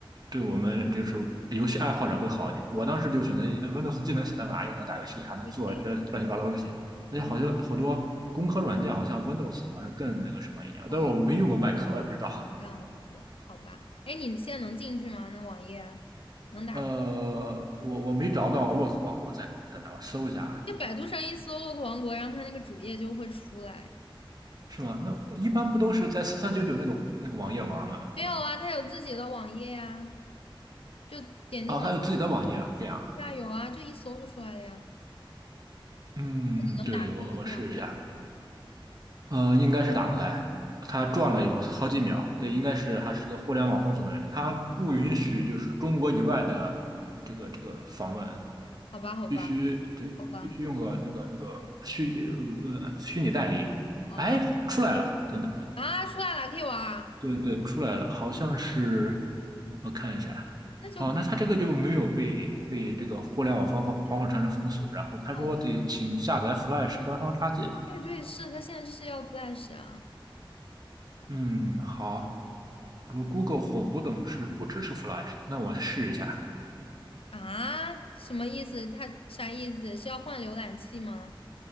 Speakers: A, on the right (about 45°); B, on the left (about 85°).
A: 对我们就是游戏爱好者会好一点。我当时就选择呃 Windows，既能写代码，又能打游戏，还能做乱乱七八糟的东西。
B: 对，
A: 而且好像好多工科软件好像
B: 就
A: Windows 好像更那个什么一点，
B: 哦
A: 但是我没用过 Mac，我也不知道。
B: 这样子，好吧。哎，你现在能进去吗？那网页能打开？
A: 呃，我我没找到洛克王国在在哪，我搜一下啊，
B: 就百度上一搜洛克王国”，然后它那个主页就会出来。
A: 是吗？那一般不都是在四三九九那个那个网页玩吗？
B: 没有啊，它有自己的网页呀、就点进网页，
A: 哦，它有自己的网页啊，这样。
B: 对啊，有啊，就一搜就出来了呀。
A: 嗯，
B: 你能打开那个网页吗？
A: 对，我我试一下。呃，应该是打不开，他转了有好几秒。对，应该是还是个互联网封锁的人，他不允许就是中国以外的这个这个访问，
B: 好吧，好吧，
A: 必须对，
B: 好吧，
A: 必须用个那个那个虚呃虚拟代理。
B: 哦。
A: 哎，出来了，等等的，
B: 啊，出来了，可以玩啊，
A: 对对，出来了，好像是我看一下。
B: 那就不是
A: 哦，那他这个就没有被被这个互联网防火防火长城封锁，
B: 一个。天呐，
A: 然后他说得请下载
B: 那我
A: Flash 官方插件。
B: 配配对是他现在就是要 Flash 啊
A: 嗯，好。如 Google 火狐等是不支持 Flash，那我试一下。
B: 啊，什么意思？他啥意思？是要换浏览器吗